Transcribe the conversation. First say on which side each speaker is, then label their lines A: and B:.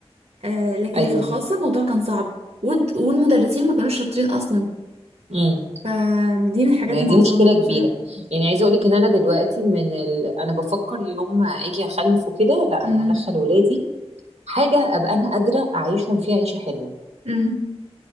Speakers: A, on the right; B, on the right.
A: آه لكن
B: ايوه
A: في الخاصة الموضوع كان صعب والد... والمدرسين ما كانوش شاطرين أصلا
B: امم
A: فدي من الحاجات
B: ما هي
A: اللي
B: دي
A: معصباني
B: مشكله كبيره
A: بصراحة
B: يعني عايزه اقول لك ان انا دلوقتي من ال... انا بفكر يوم ما اجي اخلف وكده لا
A: امم
B: انا هدخل ولادي حاجه ابقى انا قادره اعيشهم فيها عيشه حلوه
A: امم